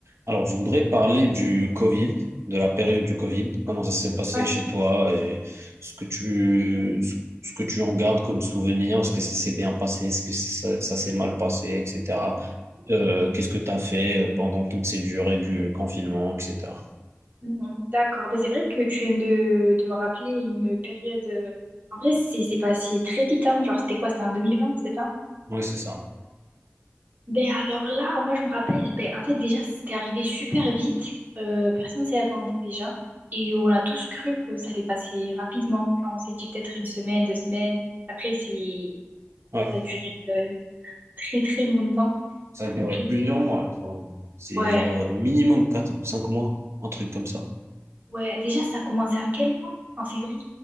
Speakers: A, on the right (about 75°); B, on the right (about 40°).
A: Alors, je voudrais parler du Covid, de la période du Covid, comment ça s'est passé
B: Ouais.
A: chez toi et ce que tu, ce ce que tu en gardes comme souvenir, est-ce que ça s'est bien passé, est-ce que ça, ça s'est mal passé, etc. Euh, qu'est-ce que tu as fait euh, pendant toutes ces durées du confinement, etc.
B: Mhm. D'accord, mais c'est vrai que tu viens de, de me rappeler une période. euh, En vrai, c'est c'est passé très vite, hein. Genre, c'était quoi? C'était en 2020, c'est ça?
A: Oui, c'est ça.
B: Ben alors là, moi je me rappelle, ben en fait déjà c'était arrivé super vite, Euh, personne s'y attendait déjà, et on a tous cru que ça allait passer rapidement. Genre on s'est dit peut-être une semaine, deux semaines, après c'est
A: Ouais.
B: ça a duré euh, très très longtemps.
A: Ça a duré
B: Et
A: plusieurs mois. je crois. C'est
B: ouais,
A: genre euh, minimum 4, 5 mois, un truc comme ça.
B: ouais, déjà ça a commencé en quel mois? En février?